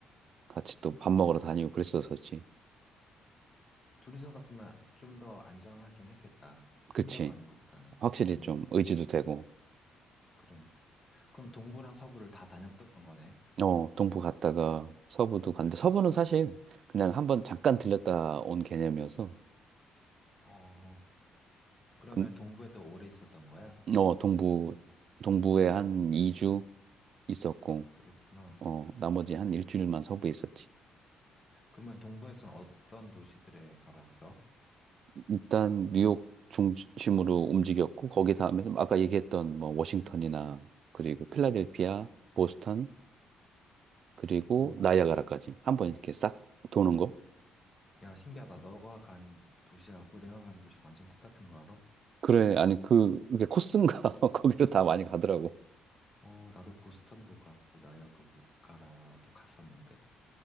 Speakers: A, on the right; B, on the left.
A: 같이 또 밥 먹으러 다니고 그랬었었지.
B: 둘이서 갔으면 좀 더 안전하긴 했겠다.
A: 그치.
B: 혼자 가는 것보다는.
A: 확실히
B: 음,
A: 좀 의지도 되고.
B: 그래. 그럼 동부랑 서부를 다 다녔던 거네?
A: 어, 동부 갔다가 서부도 갔는데, 서부는 사실 그냥 한번 잠깐 들렸다 온 개념이어서,
B: 어, 그러면
A: 근
B: 동부에 더 오래 있었던 거야?
A: 어, 동부, 동부에 한 2주 있었고,
B: 그렇구나.
A: 어, 나머지 한 일주일만 서부에 있었지.
B: 그러면 동부에서는 어떤 도시들에 가봤어?
A: 일단 뉴욕 중심으로 움직였고, 거기 다음에 좀 아까 얘기했던 뭐 워싱턴이나, 그리고 필라델피아, 보스턴, 그리고
B: 어.
A: 나이아가라까지 한 번 이렇게 싹 도는 거.
B: 야, 신기하다. 너가 간 도시하고 내가 간 도시 완전 똑같은 거 알아?
A: 그래, 아니, 그, 이게 코스인가? <laughs> 거기로 다 많이 가더라고.
B: 어, 나도 보스턴도 갔고 나이아가라도 갔었는데.